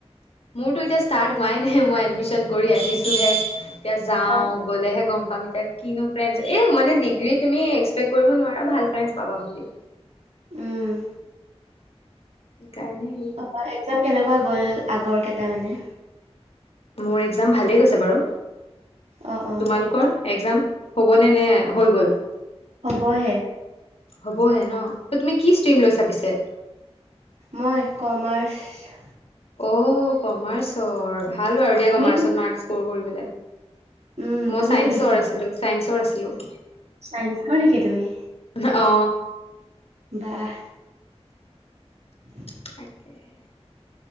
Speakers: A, on the left; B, on the right.
A: মোৰতো এতিয়া ষ্টাৰ্ট হোৱাই নাই মই এডমিচন কৰি আহিছোহে এতিয়া যাওঁ।
B: অ',
A: গ'লেহে গম পাম এতিয়া কিনো ফ্ৰেণ্ডছ এই মানে ডিগ্ৰী তুমি এক্সপেক্ট কৰিব নোৱাৰা ভাল ফ্ৰেণ্ডছ পাবা বুলি।
B: উম।
A: কাৰণে।
B: অ একজাম কেনেকুৱা গ'ল আগৰ কেইটা মানে?
A: মোৰ এক্জাম ভালেই গৈছে বাৰু
B: অ', অ',
A: তোমালোকৰ এক্জাম? হ'বনে নে হৈ গ'ল?
B: হ'বহে
A: হ'বহে ন তুমি কি ষ্ট্ৰীম লৈছা পিছে?
B: মই কমাৰ্চ।
A: অ কমাৰ্চৰ ভাল বাৰু দিয়া
B: তুমি
A: কমাৰ্চত
B: কি?
A: মাৰ্ক স্কৰ কৰিবলৈ।
B: উম,
A: মই
B: তুমি
A: চাইন্সৰ
B: কি লৈছিলা?
A: আছিলো চাইন্সৰ আছিলো।
B: চাইন্সৰ নেকি তুমি।
A: অ।
B: বাহ। <inaudible>
A: তাকেহে।